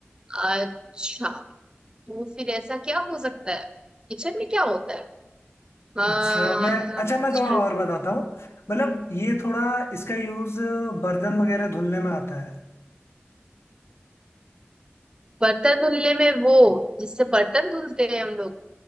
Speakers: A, on the right; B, on the left.
A: अच्छा तो फिर ऐसा क्या हो सकता है किचन में क्या होता है अ,
B: अच्छा मैं अच्छा
A: अच्छा,
B: मैं थोड़ा और बताता हूँ मतलब ये थोड़ा इसका यूज बर्तन वगैरह धुलने में आता है
A: बर्तन धुलने में वो जिससे बर्तन धुलते हैं हम लोग